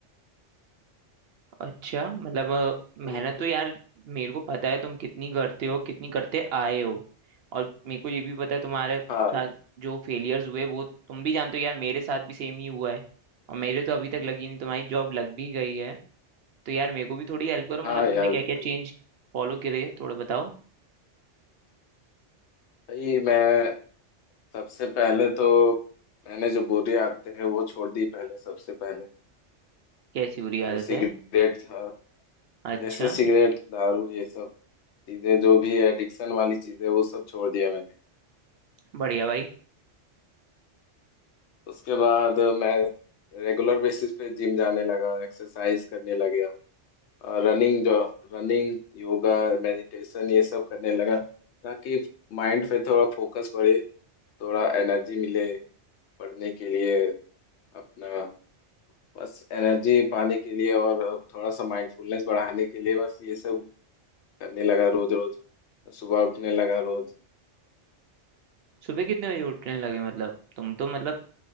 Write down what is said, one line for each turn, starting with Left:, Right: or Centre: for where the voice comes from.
Right: अच्छा मतलब अ,
Left: तो
Right: मेहनत तो यार मेरे को पता है तुम कितनी करते हो कितनी करते आए हो और मेरे को ये भी पता है तुम्हारे
Left: हाँ
Right: साथ
Left: यार
Right: जो फेलियर्स हुए वो तुम भी जानते हो यार मेरे साथ भी सेम ही हुआ है और मेरे तो अभी तक लगी नहीं तुम्हारी जॉब लग भी गई है तो यार मेरे को भी थोड़ी हेल्प करो
Left: हाँ
Right: मतलब
Left: यार
Right: तुमने क्या
Left: बिल्कुल
Right: क्या चेंज फॉलो करे थोड़ा बताओ
Left: भाई मैं सबसे पहले तो मैंने जो बुरी आदतें हैं वो छोड़ दी पहले सबसे पहले
Right: कैसी बुरी
Left: जो
Right: आदत
Left: सिगरेट
Right: है
Left: था
Right: अच्छा
Left: जैसे सिगरेट दारू ये सब चीजें जो भी एडिक्शन वाली चीजें वो सब छोड़ दिया मैंने
Right: बढ़िया भाई
Left: उसके बाद मैं रेगुलर बेसिस पे जिम जाने लगा एक्सरसाइज करने लग गया और रनिंग जो रनिंग योगा मेडिटेशन ये सब करने लगा ताकि माइंड पे थोड़ा फोकस बढ़े थोड़ा एनर्जी मिले पढ़ने के लिए अपना बस एनर्जी पाने के लिए और थोड़ा सा माइंडफुलनेस बढ़ाने के लिए बस ये सब करने लगा रोज रोज सुबह उठने लगा रोज
Right: सुबह कितने बजे उठने लगे मतलब तुम तो मतलब